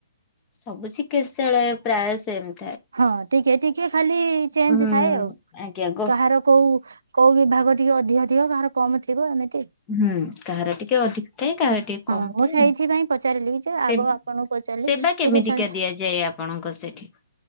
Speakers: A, on the left; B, on the right.
A: ସବୁ ଚିକିତ୍ସାଳୟ ପ୍ରାୟ ସେ ସେମ୍।
B: ହଁ ଟିକେ ଟିକେ ଖାଲି ଚେଞ୍ଜ
A: ଉଁ
B: ଥାଏ ଆଉ।
A: ଆଜ୍ଞା ଗୋ
B: କାହାର କୋଉ କୋଉ ବିଭାଗ ଟିକେ ଅଧିକ ଥିବ କାହାର କମ ଥିବ ଏମିତି।
A: ହୁଁ କାହାର ଟିକେ ଅଧିକ ଥାଏ କାହାର ଟିକେ
B: ହଁ
A: କମ୍
B: ମୁଁ
A: ଥାଏ।
B: ସେଇଥିପାଇଁ ପଚାରିଲି ଯେ
A: ସେ
B: ଆଗ ଆପଣଙ୍କୁ ପଚାରିଲି
A: ସେବା
B: ଚିକିତ୍ସାଳୟ
A: କେମିତିକା ଦିଆଯାଏ ଆପଣଙ୍କ ସେଠି? <inaudible>